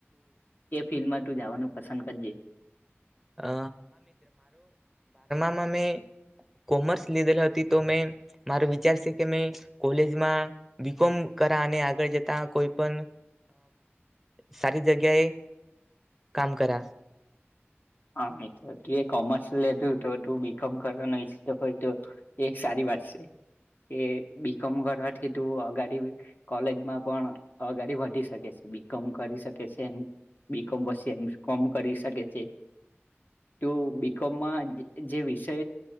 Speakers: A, on the left; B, in the centre.
A: તે ફિલ્ડમાં તું જવાનું પસંદ કરજે.
B: અ મેને કોમર્સ લીધેલ તો મે મારો વિચાર છે કે મે કોલેજમાં બી કોમ કરા અને આગળ જતા કોઈ પણ સારી જગ્યાએ કામ કરા
A: હા મિત્ર તું એ કોમર્સ લેધું તો તું બીકોમ કરવાનું ઈચ્છતો હોય તો એ સારી વાત છે કે બીકોમ કરવાથી તું અગાડી કોલેજમાં પણ અગાડી વધી શકે છે બીકોમ કરી શકે છે એમ બીકોમ પછી એમ કોમ કરી શકે છે. તો બીકોમમાં જે વિષય